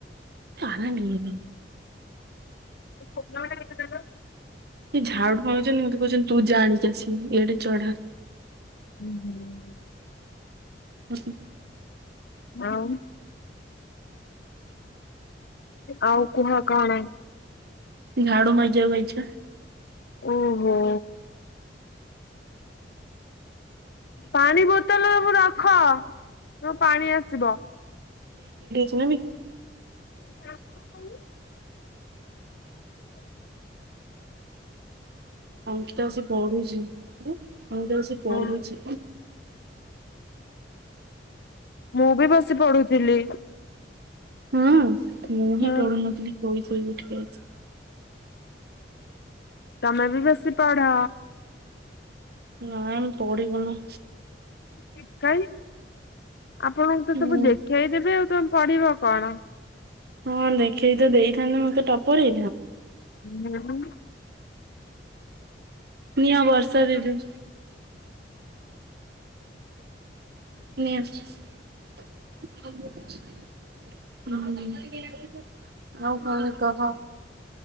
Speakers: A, on the right; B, on the left.
A: ଜା ନି। <inaudible>
B: <unintelligible>
A: ସେ ଝାଡୁ ଭାଣୁଛନ୍ତି ମତେ କହୁଛନ୍ତି ତୁ ଜାଣି ଚା ଆସିବୁ। ଇଆଡେ ଚଢା।
B: ହୁଁ ହୁଁ।
A: <unintelligible>
B: ଆଉ ଆଉ କୁହ କଣ।
A: ଝାଡୁ ମାଗିବାକୁ ଆଇଛି।
B: ହୁଁ। <inaudible> ଓହୋ। ପାଣି ବୋତଲ ସବୁ ରଖ। ତ ପାଣି ଆସିବ।
A: ଶନମୀ।
B: କଥା ହ। <inaudible>
A: ଅଙ୍କିତା ଆସି ପଢୁଛି। ଅମିତା ବସି
B: ହଁ।
A: ପଢୁଛି।
B: ମୁଁ ବି ବସି ପଢୁଥିଲି।
A: ହୁଁ। ମୁଁ ହିଁ
B: ହଁ।
A: ପଢୁନଥିଲି ପଇ ଫୁ ଉଠିବଜ। <inaudible>
B: ତମେ ବି ବେଶୀ ପଢ।
A: ନାଇମ ପଢିବୁନୁ।
B: ଏ କାଇଁ। ଆପଣଙ୍କୁ ତ ସବୁ
A: ହୁଁ
B: ଦେଖେଇ ଦେବେ ଆଉ ତ କରିବ କଣ?
A: ହଁ ଦେଖେଇ ତ ଦେଇଥାନ୍ତେ ମତେ ଟପରେ
B: ହୁଁ।
A: ନିଆ ବର୍ଷା ଦିଦି ନେଇ ଆସୁଛି ହଁ। ଆଉ କଣ କହ?